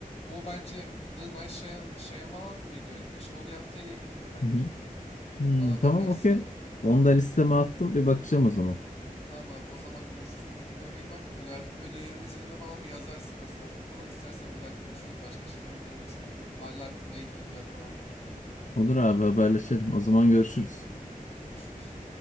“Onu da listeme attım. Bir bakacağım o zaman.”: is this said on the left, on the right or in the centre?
Left